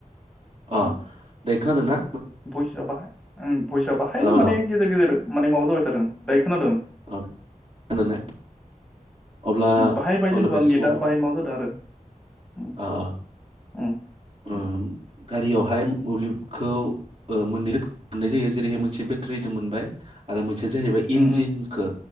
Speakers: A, on the right; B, in the centre.
A: अ
B: उम
A: दायो खोनादों ना?
B: भइसआ बाहाय भइसआ बाहाय
A: हेलौ हेलौ
B: माने गेजेर गेजेर माने माबा जाबाय थादों दायो खोनादों?
A: खोनादोंना? अब्ला
B: बाहायबाहाय जेनेबा
A: अब्ला बे
B: नेटआ
A: समाव
B: बाहाय माबा जादों आरो उम
A: अ अ
B: उम
A: ओ
B: उम।
A: गारियावहाय मोब्लिब खौ मोननै रोखाम मोननाय जायो जेरैहाय मोनसे बेटारि दों मोनबाय आरो मोनसेया जाहैबाय
B: उम
A: इन्जिनखौ
B: उम